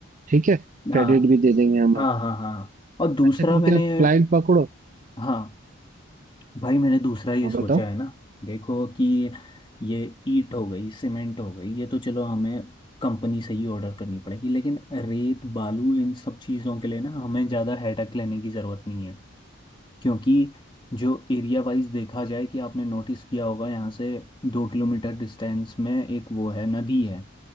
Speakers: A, on the right; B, on the left.
A: ठीक है क्रेडिट
B: हाँ
A: भी दे देंगे हम
B: हाँ
A: आपको
B: हाँ हाँ और दूसरा
A: ऐसा करके
B: मैंने
A: आप क्लाइंट पकड़ो
B: हाँ भाई मैंने दूसरा ये
A: हाँ
B: सोचा
A: बताओ
B: है ना देखो कि ये ईट हो गई सीमेंट हो गई ये तो चलो हमें कंपनी से ही ऑर्डर करनी पड़ेगी लेकिन रेत बालू इन सब चीज़ों के लिए ना हमें ज़्यादा हेडक लेने की ज़रूरत नहीं है क्योंकि जो एरिया वाइज देखा जाए कि आपने नोटिस किया होगा यहाँ से दो किलोमीटर डिस्टेंस में एक वो है नदी है